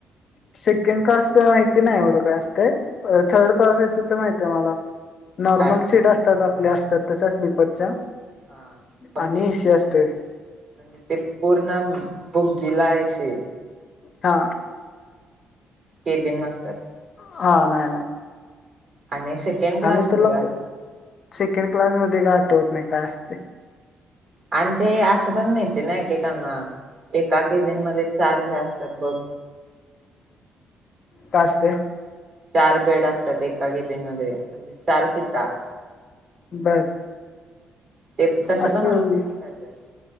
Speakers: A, on the left; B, on the right.
A: सेकंड क्लासच माहिती नाही एवढं काय असत थर्ड क्लास तर माहती आहे मला नॉर्मल
B: काय
A: सीट असतात आपल्या असतात तश स्लीपरच्या
B: हा फक्त
A: आणि
B: एसी
A: स असतेय
B: म्हणजे ते पूर्ण बुगीलाय अस
A: हा
B: केबिन नसतात
A: हा नाहीय ना
B: आणि सेकंड क्लास
A: आणि
B: मध्ये
A: तुला
B: काय
A: सेकंड क्लास मध्ये का आठवत नाही का अस ते
B: आणि ते असं पण माहिती आहे ना ेकांना एका केबिन मध्ये चार हे असतात बघ
A: काच ते
B: चार बेड असतात एका केबिन मध्ये म्हणजे चार सिटा
A: बर
B: ते तसं
A: असं
B: पण असते ना काय तर